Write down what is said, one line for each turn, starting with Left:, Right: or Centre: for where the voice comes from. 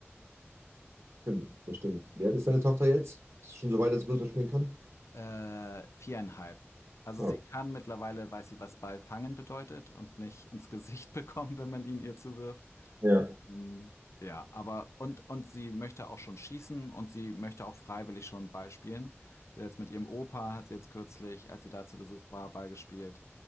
Right: Stimmt, das stimmt. Wie alt ist deine Tochter jetzt? Ist sie schon so weit, dass sie Fußball spielen kann?
Left: Äh, viereinhalb. Also
Right: Ja.
Left: sie kann mittlerweile, weiß sie, was Ball fangen bedeutet und nicht ins Gesicht <laughs> bekommen, wenn man ihn ihr zuwirft.
Right: Ja,
Left: Hm, Ja, aber und, und sie möchte auch schon schießen und sie möchte auch freiwillig schon Ball spielen. Sie hat jetzt mit ihrem Opa, hat sie jetzt kürzlich, als sie da zu Besuch war, Ball gespielt.